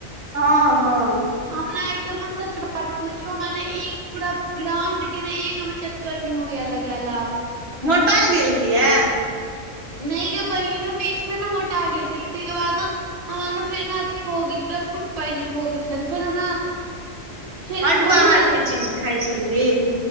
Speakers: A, on the right; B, on the right.
A: हँ- हँ।
B: हमरा एक <unintelligible> बाद कह मने ई पूरा ग्राउंड के ने एक बेर चक्कर न होया लगायेल आब।
A: <unintelligible>
B: नहि गे बहिन हम बीच मे ने मोटा गेल छलिये तै के बाद न हमर ने फेर अथी भ गेल छल फूड पॉइजन हो गेल छल तऽ फेर हमरा फेर
A: बड
B: बहुत
A: बाहर
B: जादा।
A: के चीज खाइ <unintelligible>